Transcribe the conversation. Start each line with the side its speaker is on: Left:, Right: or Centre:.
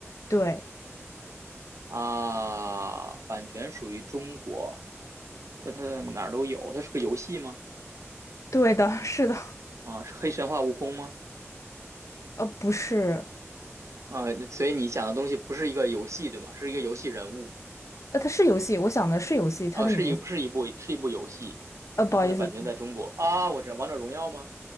Left: 对，
Right: 啊，版权属于中国，但它哪儿都有，它是个游戏吗？
Left: 对的，是的，
Right: 啊，是黑神话悟空吗？
Left: 呃，不是，
Right: 啊，所以你想的东西不是一个游戏，对吗？是一个游戏人物，
Left: 呃，它是游戏，我想的是游戏，
Right: 啊，
Left: 它的名字，
Right: 是一是一部是一部游戏，
Left: 呃，不好意思，
Right: 那它的版权在中国啊，我知道《王者荣耀》吗？